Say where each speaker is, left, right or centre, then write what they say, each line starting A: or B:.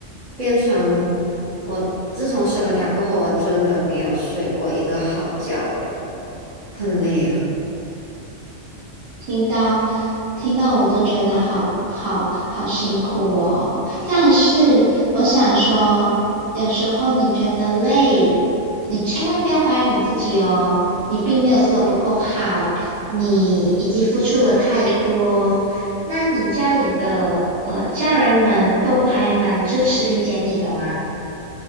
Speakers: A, on the right; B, on the right.
A: 变成我自从生了他过后，我真的没有睡过一个好觉了，很累啊。
B: 听到听到我都觉得好好好辛苦哦。但是我想说，有时候你觉得累，你千万不要怀疑你自己哦。你并没有做的不够好，你已经付出了太多。那你家里的呃家人们都还蛮支持理解你的吗？